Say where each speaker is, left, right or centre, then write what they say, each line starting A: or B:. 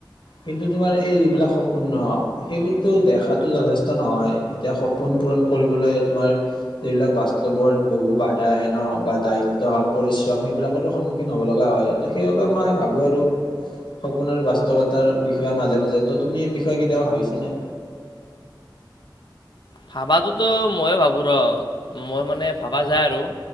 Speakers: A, on the left; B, on the left.
A: কিন্তু তোমাৰ এই যিবিলাক সপোন ন। সেইবোৰতো দেখাতো যথেষ্ট নহয় এতিয়া সপোন পূৰণ কৰিবলৈ তোমাৰ। এইবিলাক বাস্তৱৰ বহু বাধা আহে ন বা দায়িত্ব হওক পৰিশ্ৰম সেইবিলাকৰো সন্মুখীন হ'ব লগা হয়। সেইবাবে মই ভাবো আৰু। সপোন আৰু বাস্তৱতাৰ বিষয়ে, মাজে মাজে ত' তুমি এই বিষয়ে কেতিয়াাবা ভাবিছানে?
B: ভাবাতো মইও ভাবোঁ ৰ মই মানে ভাবা যায় আৰু।